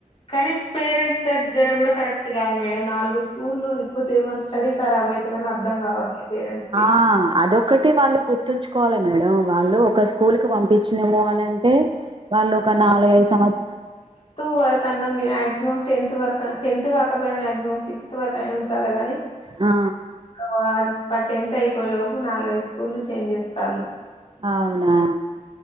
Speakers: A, on the left (about 45°); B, on the right (about 40°).
A: కానీ పేరెంట్స్ దగ్గర కూడా కరెక్ట్ కాదు మేడం నాలుగు స్కూలు ఇపోతేమని స్టడీ కరాబ్ అయితుదని అర్థం కావట్లే పేరెంట్స్ కి
B: ఆ అదొకటి వాళ్ళు గుర్తుంచుకోవాలి మేడం వాళ్ళు ఒక స్కూల్ కి పంపించినము అని అంటే వాళ్ళు ఒక నాలుగైదు సంవత్సరం
A: టూ వరక్ అన్నాం మాక్సిమం టెన్త్ వరక్ టెన్త్ కాకపోయినా మాక్సిమం సిక్స్త్ వరకు అయినా ఉంచాలాగాని
B: ఆ
A: ఇక టెన్త్ అయిపోయే లోపు నాలుగైదు స్కూల్లు చేంజ్ చేస్తళ్ళు
B: అవునా